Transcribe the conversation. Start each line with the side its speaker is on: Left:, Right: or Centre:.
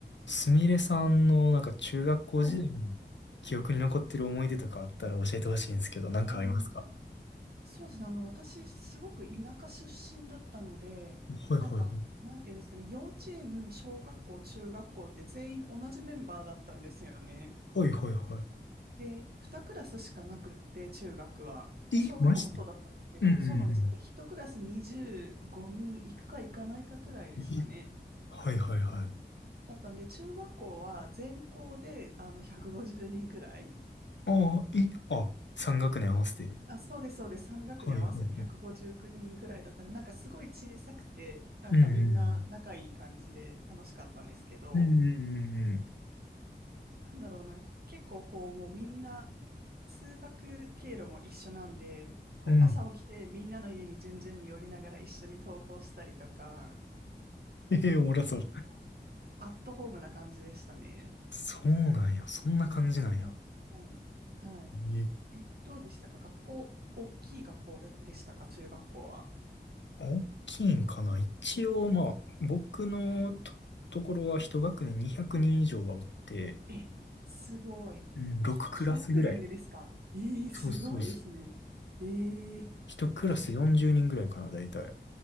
Left: すみれさんのなんか中学校時代の
Right: はい。
Left: 記憶に残ってる思い出とかあったら教えてほしいんですけど、なんかありますか
Right: えーそうですね。あの、私、すごく田舎出身だったので、
Left: はいはいはい。
Right: なんか、なんていうんですかね、幼稚園、小学校、中学校って全員同じメンバーだったんですよね。
Left: はいはいは
Right: で、2クラスしかなくって、中学は。
Left: い。
Right: まあ、小学校もそうだったんですけど、
Left: え、マジでうんうん
Right: そうなんですよ。で、1クラス25人行くか行かないかくらいですかね。
Left: うん。え、はいはいはい。
Right: だったんで、中学校は全校で、あの、150人くごじゅうにんくらい。
Left: ああ、え、あ、三学年合わせて。
Right: あ、そうです、そうです。3学年合わせて150人くごじゅうきゅうにんくらいだったんで、
Left: はいはいはい。
Right: なんかすごい小さくて、なんかみんな仲いい感じで楽しかったんですけど、
Left: うんうん。うんうん
Right: なんだろうな、結構こう、もうみんな通学経路も一緒なんで、こう朝起きてみんなの家に順々に寄りながら一緒に登校したりとか、
Left: うんうん。うん。ええおもろそう。
Right: 結構アットホームな感じでしたね。
Left: そうなんや。そんな感じなんや。
Right: はい。はい。
Left: え
Right: え、どうでしたか学校、大きい学校で、でしたか中学校は。
Left: 大きいんかな一応、まあ、僕のと、ところは一学年200人以上はおって、
Right: え、すごい。
Left: う6クラスぐらい。
Right: ひと、一学年でですかええすごいですね。
Left: そうそうそう。
Right: ええ
Left: 一クラス40人ぐらいかな、
Right: すごい。
Left: 大体。